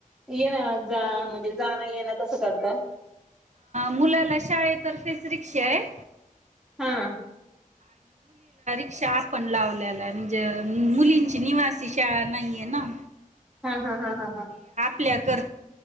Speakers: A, in the centre; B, on the right.
A: येणार. जा म्हणजे. जाण येन कसं करता.
B: मुलाला शाळेतर्फेच रिक्षा आहे.
A: हा.
B: शहा पण आपण लावलेला आहे. म्हणजे मुलींची निवासी शाळा नाहीये ना.
A: हा हा हा हा हा.
B: प्ले कर